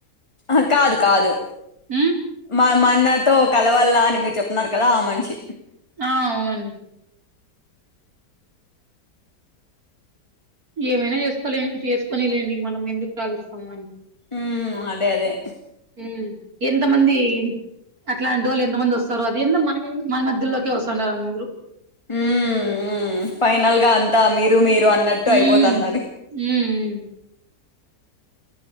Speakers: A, on the left; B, on the right.
A: అక్క అది కాదు.
B: ఉ.
A: మా మా అన్నతో కలవల్ల అని మీరు చెప్తున్నారు కదా ఆ మనిషి.
B: ఆ అవునండి. ఏమైనా చేసుకోలే చేసుకొని లేండి మనం ఎందుకు కాలిస్తాం అని.
A: ఉ అదే అదే.
B: ఉ ఎంత మంది అట్లాంటి వాళ్ళు ఎంత మంది వస్తారో. ఎందో మనకెందుకు మన మధ్యలోకి వస్తస్తుంటారు అందరు.
A: ఊ ఊ ఫైనల్గా అంతా మీరు మీరు. అన్నట్టు
B: హ్మ్.
A: అయిపోతాందని.
B: హ్మ్. హ్మ్.